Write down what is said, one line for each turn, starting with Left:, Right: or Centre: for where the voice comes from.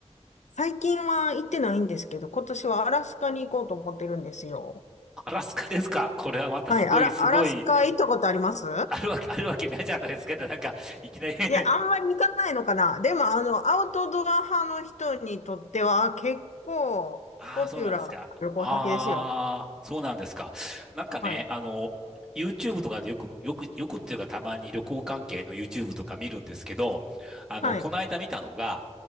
Left: 最近は行ってないんですけど、今年はアラスカに行こうと思ってるんですよ。
Centre: アラスカですかこれはまたすごい、
Left: はい、アラ、
Centre: すごい、
Left: アラスカ行ったことあります
Centre: あるわけ、あるわけないじゃないですか。なんか、いきなり <laughs>
Left: いや、あんまり行かないのかな。でも、あの、アウトドア派の人にとっては結構ポピュラーな旅行先ですよ。
Centre: ああ、そうなんですか。ああ、そうなんですか。なんかね、
Left: はい、
Centre: あの、YouTube とかでよく、よく、よくっていうかたまに旅行関係の YouTube とか見るんですけど、あの、
Left: はい、
Centre: この間見たのが、